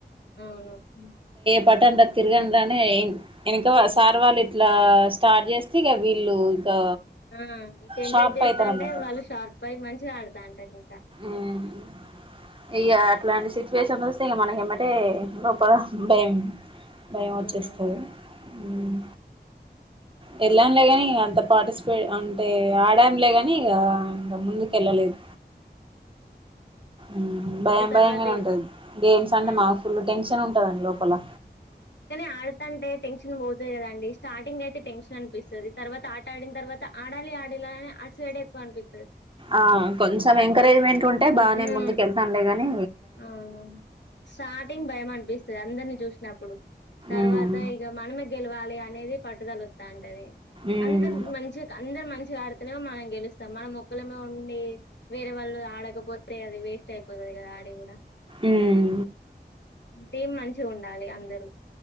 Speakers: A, on the left (about 80°); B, on the right (about 30°).
A: అవును
B: పట్టండ్రా తిరగండ్రా అని ఎనక సార్ వాళ్ళు ఇట్లా స్టార్ట్ చేస్తే ఇగ వీళ్ళు ఇంకా
A: ఆ ఇంక ఎంకరేజ్
B: షార్ప్
A: చేస్తాంటే
B: అయితారు అన్నట్టు
A: వాళ్ళు షార్ప్ అయ్యి మంచిగా ఆడతాంటరు ఇంకా
B: ఆ ఇగ అట్లాంటి సిచ్యువేషన్ వస్తే మనకు ఏమంటే <unintelligible> భయం వచ్చేస్తది
A: అవును
B: హ్మ్ వెళ్ళంలేగాని ఇక అంత పార్టిసిపేట్ అంటే ఆడానులేగాని ఇక ఇంక ముందుకు ఎల్లలేదు ఉమ్ భయం
A: ఇంకా తర్వాత
B: భయంగానే ఉంటుది గేమ్స్ అంటే
A: ఆ!
B: మాకు ఫుల్ టెన్షన్ ఉంటదండి లోపల
A: కానీ ఆడతాంటే టెన్షన్ పోతది కదండి స్టార్టింగ్ అయితే టెన్షన్ అనిపిస్తది తర్వాత ఆట ఆడిన తర్వాత ఆడాలి ఆడాలలా అని అటు సైడ్ ఎక్కువ అనిపి
B: ఆ కొంచెం ఎంకరేజ్మెంట్ ఉంటే బాగానే
A: హ్మ్.
B: ముందుక ఎళ్తాములేగాని
A: అవును స్టార్టింగ్ భయం అనిపిస్తది అందరిని చూసినప్పుడు తర్వాత
B: ఉమ్
A: ఇక మనమే గెలవాలి అని అని పట్టుదల అత్త ఉంటది
B: ఉమ్
A: అందరి మంచి అందరు మంచిగా ఆడి మనం గెలుస్తాం మన ఒక్కలమే ఉండి వేరే వాళ్ళు ఆడకపోతే అది వే స్ట్ అయిపోతది కదా ఆడికూడా
B: ఉమ్
A: టీమ్ మంచిగా ఉండాలి అందరు